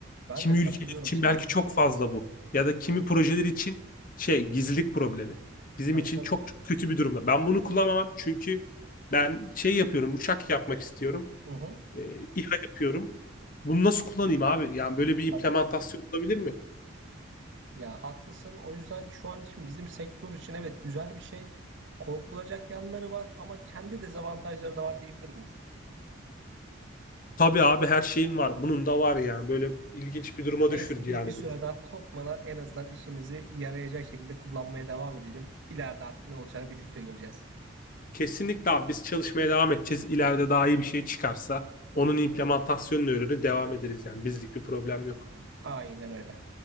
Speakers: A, on the right; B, on the left.
A: Ben
B: Kimi
A: de
B: ülkeler
A: katılıyorum
B: için
A: sana
B: belki
A: ya.
B: çok fazla bu. Ya da kimi projeler için şey gizlilik problemi. Bizim
A: Tabii
B: için
A: tabii.
B: çok, çok kötü bir durumda. Ben bunu kullanamam çünkü ben şey yapıyorum, uçak yapmak istiyorum.
A: Hı hı.
B: E, İHA yapıyorum. Bunu nasıl kullanayım abi? Yani böyle bir
A: Tabii.
B: implementasyon olabilir mi?
A: Ya haklısın. O yüzden şu an için bizim sektör için evet güzel bir şey. Korkulacak yanları var ama kendi dezavantajları da var diyebilir miyiz?
B: Tabii abi her şeyim var. Bunun da var yani. Böyle ilginç bir duruma
A: Neyse
B: düşürdü
A: biz
B: yani
A: bir süre
B: bizi.
A: daha korkmadan en azından işimizi yarayacak şekilde kullanmaya devam edelim. İleride artık ne olacağını birlikte göreceğiz.
B: Kesinlikle abi biz çalışmaya devam edeceğiz. İleride daha iyi bir şey çıkarsa onun implementasyonunu öğrenip devam ederiz yani. Bizlik bir problem yok.
A: Aynen öyle.